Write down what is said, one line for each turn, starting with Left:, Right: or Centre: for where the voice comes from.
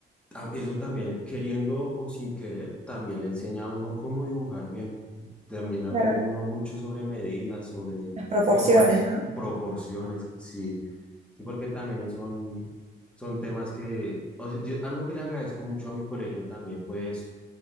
Centre: tam- eso también, queriendo o sin querer, también le enseña a uno cómo dibujar bien. También aprende
Right: Claro,
Centre: uno mucho sobre medidas, sobre
Right: las proporciones,
Centre: formas,
Right: ¿no?
Centre: proporciones, sí, sí, porque también son, son temas que, o sea, yo- algo que le agradezco mucho a mi colegio también fue eso,